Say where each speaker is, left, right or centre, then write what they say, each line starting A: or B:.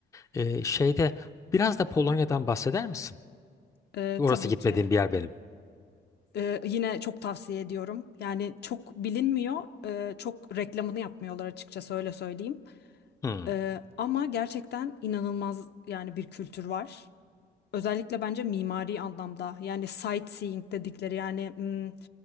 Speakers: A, on the left (about 15°); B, on the left (about 55°).
A: Ee, şeyde biraz da Polonya'dan bahseder misin?
B: Ee,
A: Orası
B: tabii
A: gitmediğim
B: ki.
A: bir yer benim.
B: Ee, yine çok tavsiye ediyorum. Yani çok bilinmiyor, e, çok reklamını yapmıyorlar açıkçası öyle söyleyeyim.
A: Hmm,
B: Ee, ama gerçekten inanılmaz yani bir kültür var. Özellikle bence mimari anlamda yani sightseeing dedikleri yani hmm,